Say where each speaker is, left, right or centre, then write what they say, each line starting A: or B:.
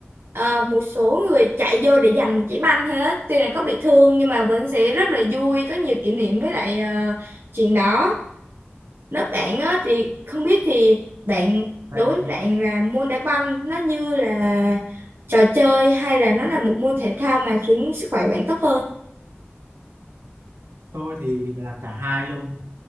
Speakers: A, on the right; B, on the right.
A: ờ, một số người chạy vô để giành một trái banh thôi á tuy là có bị thương nhưng mà vẫn sẽ rất là vui có nhiều kỷ niệm với lại ờ, chuyện đó nếu bạn á thì không biết thì bạn
B: tại
A: đối
B: vì
A: với bạn là môn đá banh nó như là trò chơi hay là nó là một môn thể thao mà khiến sức khỏe bạn tốt hơn
B: tôi thì là cả hai luôn